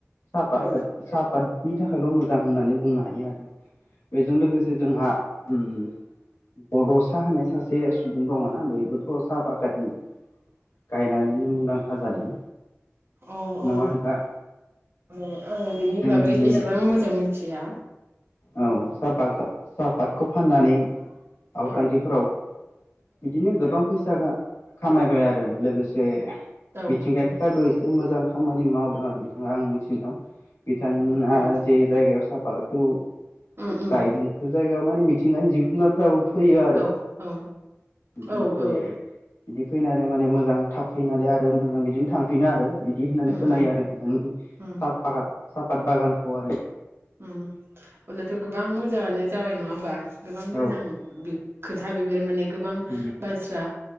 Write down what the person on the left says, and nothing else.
सापागाद
साफ पादनि थाखायल' मोजां होननानै बुंनो हायो आरो। बेजों लोगोसे जोंहा उम बड' सा होनाय सासे सुबुं दङ' ना बेबोथ' साहा बागाननि गायनानैनो मुंदांखा जादों।
नङा
होनबा
जोंनि
औ साहा बा सापातखौ फाननानै आउट
कान्टिफोराव बिदिनो गोबां फैसा खामायबाय आरो लोगोसे
मिथिंगानि थाखायबो एसे मोजां खामानि मावदों आरो बिथांङा आं मिथिनायाव। बिथांङा
जे जायगायाव साहा पाकाटखौ
गायदों बे जायगायाव माने मिथिंगानि जिब जुनारफ्राबो फैयो आरो
ओमफ्राय
बिदि फैनानै माने मोजां थाब फैनानै आरो मोजां बिदिनो थांफिनो आरो बिदि होननानै
खोनायो
आरो बिथांनि
साफागाद साफत बागानखौ आरो
औ
उम